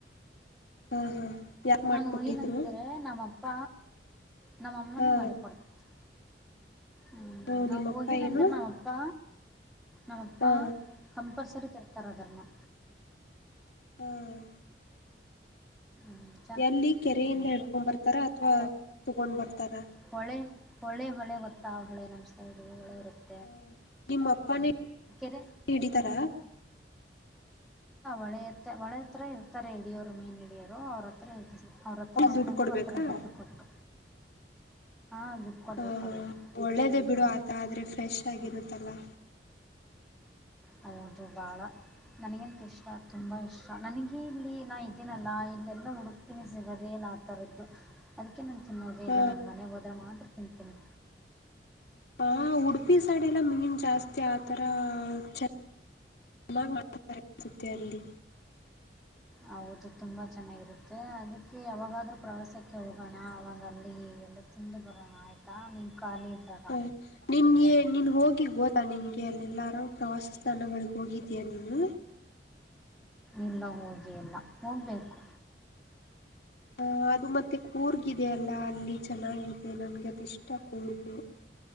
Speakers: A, on the left (about 65°); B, in the centre.
A: ಹಾ ಹಾ ಯಾರ್
B: ನಾನು
A: ಮಾಡ್ಕೊಟ್ಟಿದ್ರು
B: ಹೋಗಿನಂದ್ರೆ ನಮ್ಮಪ್ಪ ನಮ್ಮಅಮ್ಮನೇ
A: ಹಾ
B: ಮಾಡಿ ಕೊಡ್ತತೆತೆ ಹ್ಮ್
A: ಹ್ಮ
B: ನಾವ
A: ನಿಮ್ಮಪ್ಪ
B: ಹೋಗಿನಂದ್ರೆ
A: ಏನು
B: ನಾವವು ನಮ್ ಅಪ್ಪ ನಮ್ಮಪ್ಪ
A: ಹಾ
B: ಕಂಪಲ್ಸರಿ ತರ್ತಾರ ಅದ್ರನ್ನು
A: ಹ್ಮ್ಮ್
B: ಹ್
A: ಎಲ್ಲಿ ಕೆರೆಯಿಂದ ಇಡ್ಕೊಂಡ್ ಬರ್ತಾರ ಅಥವಾ ತಗೊಂಡ್ ಬರ್ತಾರ
B: ಹೊಳೆ ಹೊಳೆ ಹೊಳೆ ಗೊತ್ತಾ ಆ ಹೊಳೆ ನಮ್ಮ ಸೈಡು ಹೊಳೆ ಇರುತ್ತೆ
A: ಹ ನಿಮ್ಮ ಅಪ್ಪ <unintelligible>
B: ಕೆರೆ
A: ಹಡಿತಾರ.
B: ಒಳೆ ಹತ್ತ ಒಳೆ ಹತ್ರ ಇರ್ತಾರೆ ಹಿಡಿಯರು ಮೀನ್ ಹಿಡಿಯರು ಅವ್ರ ಹತ್ರ ಇಾರೆ. ಅವ್ರ ಹತ್ರ ಇಸ್ಕೊಂಡು
A: ದುಡ್ಡು ಕೊಡ್ಬೇಕಾ
B: ಬರ್ತಾರೆ ದುಡ್ಡು ಕೊಟ್ಟು ಹಾಂ ದುಡ್ಡು. ಕೊಡ್ಬೇಕು
A: ಹ ಹ
B: ಅವ್ರಿಗೆ
A: ಒಳ್ಳೇದೆ ಬಿಡು ಆತ ಆದ್ರೆ ಫ್ರೆಶ್ಶಾಗಿರುತ್ತಲ್ಲಾ.
B: ಹ್ಮ್, ಹೌದು ಬಾಳ ನನಿಗಂತು ಇಷ್ಟ ತುಂಬ ಇಷ್ಟ ನನಿಗೆ ಇಲ್ಲಿ ನಾ ಇದಿನಲ್ಲ ಇಲ್ಲೆಲ್ಲ ಹುಡುಕ್ತೀನಿ ಸಿಗೋದೇ ಇಲ್ಲ ಆತರುದ್ದು. ಅದಿಕ್ಕೆ ನಾನ್ ತಿನ್ನೋದೆ
A: ಹ
B: ಇಲ್ಲ ನಾನ್ ಮನೆಗ್ ಹೋದ್ರೆ ಮಾತ್ರ ತಿಂತೀನಿ.
A: ಹಾ ಉಡುಪಿ ಸೈಡೆಲ್ಲ ಮಿನಿಮ್ ಜಾಸ್ತಿ ಆತರ ಚ <inaudible> ಅತ್ತುತ್ತೆ ಅಲ್ಲಿ.
B: ಹೌದು ತುಂಬಾ ಚನ್ನಗಿರುತ್ತೆ ಅದಿಕ್ಕೆ ಯಾವಾಗಾದ್ರೂ ಪ್ರವಾಸಕ್ಕೆ. ಹೋಗಣ ಅವಾಗಲ್ಲಿ ಎಲ್ಲ ತಿಂದು ಬರೋಣ ಆಯ್ತಾ ನೀನ್ ಖಾಲಿ ಇದ್ದಾಗ
A: ಹ. ನಿಂಗೆ ನೀನ್ ಹೋಗಿ ಗೋತ ನಿನ್ಗೆ ಅಲ್ಲೆಲ್ಲಾರು ಪ್ರವಾಸ ಸ್ಥಳಗಳ್ಗ್ ಹೋಗಿದೀಯ ನೀನು?
B: ಇಲ್ಲ ಹೋಗೇ ಇಲ್ಲ ಹೋಗ್ಬೇಕು.
A: ಅಹ್ ಅದು ಮತ್ತೆ ಕೂರ್ಗಿದೆ ಅಲ್ಲ ಅಲ್ಲಿ ಚೆನ್ನಾಗಿದೆ ನನ್ಗೆ ಅದ್ ಇಷ್ಟ ಕೂರ್ಗು. <unintelligible>